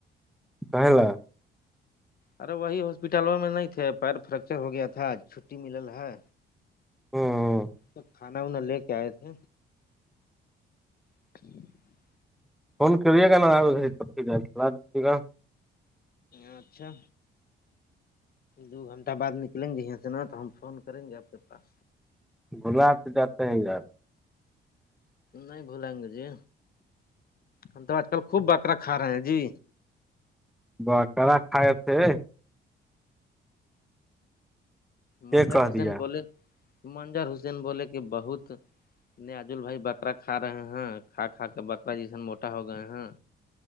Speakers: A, in the centre; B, on the left (about 50°).
A: <unintelligible>
B: ارے وہی ہاسپٹلوں میں نہیں تھے پیر فریکچر ہو گیا تھا چھٹی ملل ہے
A: ہاں
B: تو کھانا وانا لے کے آئے تھے <inaudible>
A: فون کریے گا نا آ چب چلا دیجے گا
B: اچھا دو گھنٹہ بعد نکلیں گے یہ سےنا تو ہم فون کریں گے آپ کے پاس
A: بھلاو تو جاتے ہیں یار
B: نہیں بھولیں گے جی ہم تو آج کل خوب بکرا کھا رہے ہیں جی
A: بکرا کھائے تھے
B: منظر
A: یہ کہ
B: حسین
A: دیا
B: بولے منظر حسین بولے کہ بہت نہیں عجول بھائی بکرا کھا رہے ہیں کھا کھا کے بکرا جیسن موٹا ہو گئے ہیں